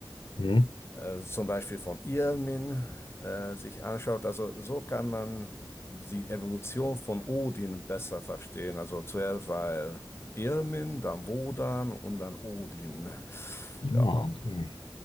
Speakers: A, on the left; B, on the left.
A: Hm?
B: äh, zum Beispiel von Irmin, äh, sich anschaut, also so kann man die Evolution von Odin besser verstehen. Also zuerst war er Irmin, dann Wodan und dann Odin.
A: Ja,
B: Ja,
A: okay.
B: <laughs>